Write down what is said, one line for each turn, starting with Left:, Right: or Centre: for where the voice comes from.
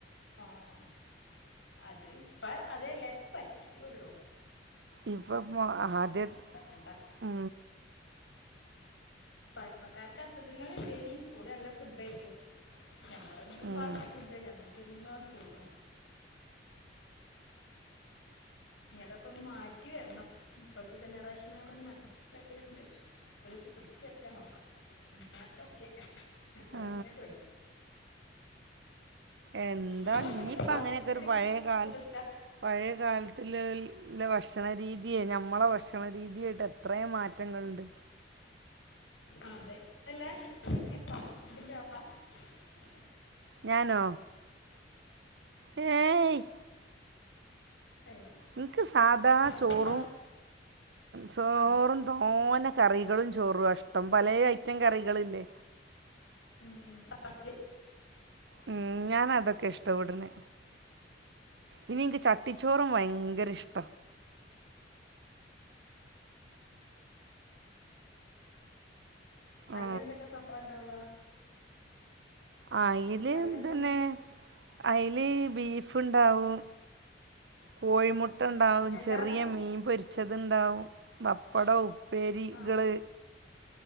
Left: ആഹ അത് ഇപ്പ അത് എല്ലാർക്കും പറ്റുള്ളു
Right: ഇപ്പൊ ആദ്യ
Left: വേണ്ട
Right: ഉ
Left: നമ്മക്കാർക്ക് അസുഖങ്ങൾ ഇല്ലേനി ഒരു നല്ല ഫുഡ് ആയിക്കും ഞമ്മളൊന്നും
Right: ഉം
Left: ഫാസ്റ്റ് ഫുഡ്മ്മക്ക് കന്ന സകാം തൊക്കെ ഒന്ന് മാ കറ്റി വരണം ഇപ്പോഴത്തെ ജനറേഷനൊക്കെ ഒന്ന് മനസ്സിലായണ്ട് അ തീർച്ചയായിട്ടാ നോക്കാം <unintelligible>
Right: ആ
Left: പെടും
Right: എന്താ
Left: നിങ്ങളൊക്കെ
Right: ഇനി
Left: എങ്ങനെ
Right: ഇപ്പം
Left: ഫാസ്റ്റ്
Right: അങ്ങനെയൊക്കെ
Left: ഫുഡ്
Right: ഒരു പഴയകാലം
Left: കഴിക്കണ
Right: പഴയകാലത്തി ഇല്ല ഭക്ഷണരീതിയേ ഞമ്മളെ ഭക്ഷണരീതിയായിട്ട് എത്രയും മാറ്റങ്ങൾുണ്ട്
Left: അതെതല്ല <unintelligible>
Right: ഞാനോ ഏ
Left: ഏയ്,
Right: നിക്ക് സാധാ
Left: അതെന്താ
Right: ചോറും ചോറും
Left: ആ
Right: തോനെ കറികളും ചോറും അഷ്ടം പല ആയി ചറ്റും കറികളില്ലേ
Left: ഉം ഉം അ
Right: ഉം ഞാൻ അതൊക്കെ ഇഷ്ടപ്പെടണെ ഇനി എനിക്ക് ചട്ടിച്ചോറും ഭയങ്കര ഇഷ്ട
Left: അയിൽ
Right: ആ
Left: എന്തൊക്കെ സംഭവ ണ്ടാവ
Right: ആ ഇല്
Left: അതിലെന്താ
Right: തന്നെണ്
Left: ഉണ്ടാ-
Right: അതിൽ ബീഫ്ണ്ടാവും കോഴിമു ഇട്ട ഉണ്ടാവും
Left: എല്ലാം
Right: ചെറിയ
Left: കൂടെ
Right: മീൻ പൊരിച്ചത്ണ്ടാവും പ പടൗപ്പേരികള്
Left: ആ